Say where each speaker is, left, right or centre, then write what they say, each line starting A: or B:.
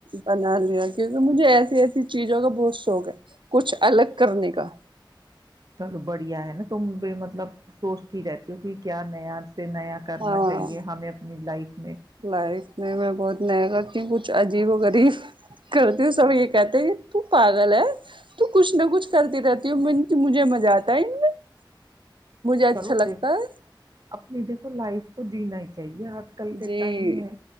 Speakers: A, on the right (about 80°); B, on the right (about 50°).
A: بنا لیا کیونکہ مجھے ایسی ایسی چیزوں کا بہت <unintelligible> شوق ہے کچھ الگ کرنے کا <unintelligible>
B: چلو بڑھیا ہے نا تم ب مطلب سوچتی رہتی ہو کہ کیا نیا <unintelligible> سے نیا کرنا
A: ہاں
B: چاہیے ہمیں اپنی لائف <unintelligible>
A: لائف میں میں بہت نیا کرتی ہوں کچھ عجیب و غریب کرتی ہوں سب یہ کہتے ہیں <unintelligible> تو پاگل ہے تو کچھ نہ کچھ <unintelligible> کرتی رہتی ہوں مجھے مزہ آتا ہے ان میں <unintelligible> اچھا
B: چلو
A: لگتا
B: دیکھ
A: ہے
B: اپنی دیکھو لائف تو <unintelligible> جین ہی چاہیے <unintelligible> یہ آج کل کے
A: جی
B: ٹائم میں